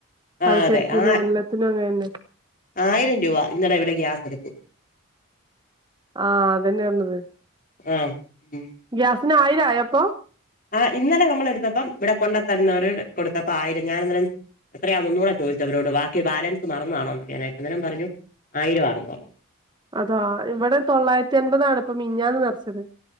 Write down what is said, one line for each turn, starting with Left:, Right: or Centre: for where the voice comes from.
Left: ആ
Right: പലചെരക്കിനും
Left: അതെ ആ
Right: എല്ലാത്തിനും അങ്ങനന്നെ
Left: ആയിരം രൂപ ഇന്നലെ ഇവിടെ ഗ്യാസ് എടുത്തു
Right: ആ അതന്നെ പറഞ്ഞത്
Left: ആ ഉം
Right: ഗ്യാസിന് ആയിരം ആയോ അപ്പൊ
Left: ആഹ് ഇന്നല നമ്മളെടുത്തപ്പം ഇവിടെ കൊണ്ടുത്തരുന്നവര് കൊടുത്തപ്പോ ആയിരം ഞാനിന്നലെ എത്രയാ മൂന്നുറ ചോദിച്ചത് അവരോട് വാക്കി ബാലൻസ് മറന്ന് കാണോന്നറിയാനായിട്ട് അന്നേരം പറഞ്ഞു ആയിരം ആണെന്ന്
Right: അതോ ഇവിടെ തൊള്ളായിരത്തി അൻപതാണ് ഇപ്പൊ മിനിഞ്ഞാന്ന് നിറച്ചത്